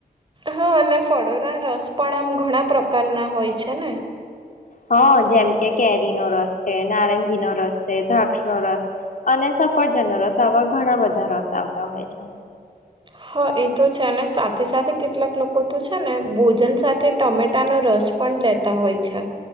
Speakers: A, on the right; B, on the left.
A: હા અને ફળોરા રસ પણ આમ ઘણા પ્રકારના હોય છે ને.
B: હ જેમ કે કેરીનોો રસ છે નારંગી નો રસ છે દ્રાક્ષ નો રસ અને સફરજન રસવા ઘણા બધા રસ આવતા હોય છે.
A: હા એ તો છે સાથે સાથે કેટલાક લોકો તો છે ને ભોજન સાથે ટમેટાનો રસ પણ લેતા હોય છે.